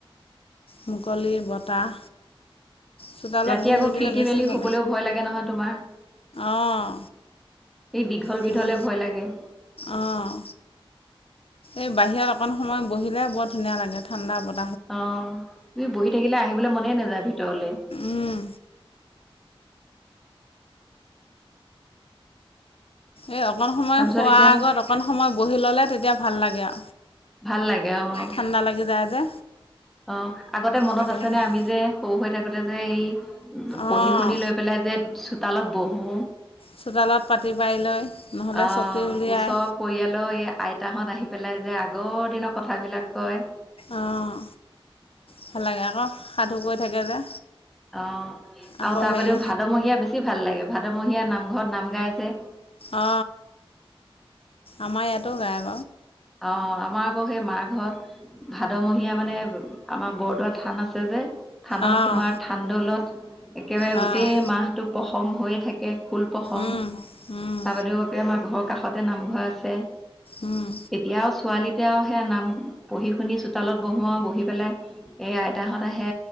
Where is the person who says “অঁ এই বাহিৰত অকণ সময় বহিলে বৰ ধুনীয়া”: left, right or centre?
Left